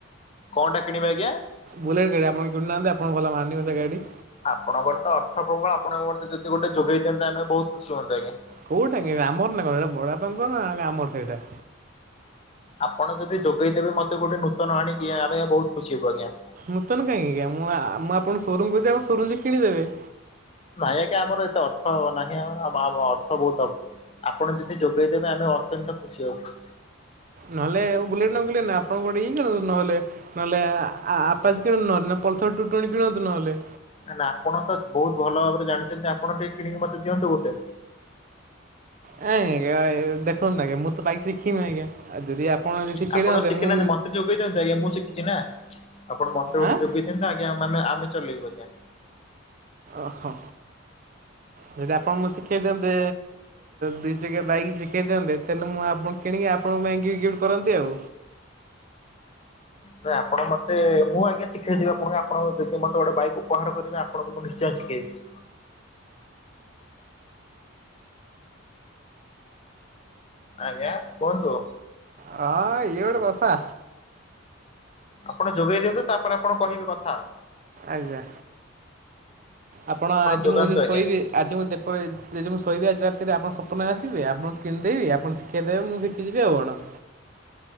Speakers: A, on the left (about 30°); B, on the right (about 40°).
A: କଣଟା କିଣିବି ଆଜ୍ଞା?
B: ବୁଲେଟ୍ ଗାଡି ଆପଣ କିଣୁନାହାନ୍ତି, ଆପଣଙ୍କୁ ଭଲ ମାନିବ ସେ ଗାଡି।
A: ଆପଣଙ୍କର ତ ଅର୍ଥ ପ୍ରବଳ ଆପଣ <unintelligible> ଯଦି ଗୋଟେ ଯୋଗେଇ ଦିଅନ୍ତେ, ଆମେ ବହୁତ୍ ଖୁସି ହୁଅନ୍ତୁ ଆଜ୍ଞା।
B: କୋଉଟା କି ଆମର ନା କଣ, ସେଇଟା ବଡପାଙ୍କର ନା ଆମର ସେଇଟା।
A: ଆପଣ ଯଦି ଯୋଗେଇଦେବେ ଦେବେ ମତେ ଗୋଟେ ନୂତନ ଆଣିକି, ଆମେ ବହୁତ୍ ଖୁସି ହବୁ ଆଜ୍ଞା।
B: ନୁତନ କାହିଁକି ଆଜ୍ଞା ମୁଁ ଆପଣ ସୋରୁମ୍ <unintelligible> ସୋରୁମ୍ କୁ ଯାଇକି କିଣିଦେବେ।
A: ନାଇଁ ଆଜ୍ଞା ଆମର ଏତେ ଅର୍ଥ ନାହିଁ ଅର୍ଥ ବହୁତ୍ ଅ ଆପଣ ଯଦି ଯୋଗେଇଦେବେ ଆମେ ଅତ୍ୟନ୍ତ ଖୁସି ହବୁ।
B: ନହେଲେ ବୁଲେଟ୍ ନ <unintelligible> ନାଇଁ ଆପଣ ଗୋଟେ <unintelligible> ନହେଲେ। ନହେଲେ ଆପାଚି କିଣନ୍ତୁ ନହେଲେ, ନହେଲେ ପଲ୍ସର୍ ଟୁ ଟୋନ୍ଟି କିଣନ୍ତୁ ନହେଲେ।
A: ନା-ନା ଆପଣ ତ ବହୁତ୍ ଭଲ ଭାବରେ ଜାଣିଛନ୍ତି, ଆପଣ ଟିକେ କିଣିକି ମତେ ଦିଅନ୍ତୁ ଗୋଟେ।
B: <unintelligible> ଆଜ୍ଞା ଦେଖନ୍ତୁ ଆଜ୍ଞା ମୁଁ ତ ବାଇକ୍ ଶିଖିନି ଆଜ୍ଞା। ଆଉ ଯଦି ଆପଣ ଯଦି ଶିଖେଇ
A: ଆପଣ
B: ଦିଅନ୍ତେ
A: ଶିଖିନାହାନ୍ତି
B: ମୁଁ
A: ମତେ ଯୋଗେଇଦିଅନ୍ତୁ ଆଜ୍ଞା ମୁଁ ଶିଖିଛି ନା, ଆପଣ ମତେ ଗୋଟେ
B: ଆଁ
A: ଯୋଗେଇ କେନ୍ତା ଆଜ୍ଞା ମାନେ ଚଲେଇବୁ ଆଜ୍ଞା।
B: ଓହୋ। ଯଦି ଆପଣ ମତେ ଶିଖେଇ ଦିଅନ୍ତେ ଦୁଇ ଚକିଆ ବାଇକ୍ ଶିଖେଇ ଦିଅନ୍ତେ, ତାହେଲେ ମୁଁ ଆପଣ କିଣିକି ଆପଣଙ୍କ ପାଇଁ ଗିଫ୍ଟ-ଗିଫ୍ଟ କରନ୍ତି ଆଉ।
A: ନାଇଁ ଆପଣ ମତେ ମୁଁ ଆଜ୍ଞା ଶିଖେଇେଦେବି ଆପଣଙ୍କୁ ଆପଣ ଯଦି ମତେ ଗୋଟେ ବାଇକ୍ ଉପହାର କରିବେ, ଆପଣଙ୍କୁ ମୁଁ ନିଶ୍ଚୟ ଶିଖେଇବି। ଆଜ୍ଞା କୁହନ୍ତୁ।
B: ହଁ ଇଏ ଗୋଟେ କଥା।
A: ଆପଣ ଯୋଗେଇ ଦିଅନ୍ତୁ ତାପରେ ଆପଣ କହିବେ କଥା।
B: ଆଜ୍ଞା। ଆପଣ ଆଜି
A: ଯୋଗାନ୍ତୁ
B: ମୁଁ ଯେ
A: ଆଜ୍ଞା
B: ଶୋଇବି ଆଜି ମୁଁ <unintelligible> ଯେଦି ମୁଁ ଶୋଇବି ଆଜି ରାତିରେ ଆପଣ ସପନରେ ଆସିବେ ଆପଣ କିଣିଦେବି, ଆପଣ ଶିଖେଇ ଦେବେ ମୁଁ ଶିଖିଯିବି ଆଉ କଣ।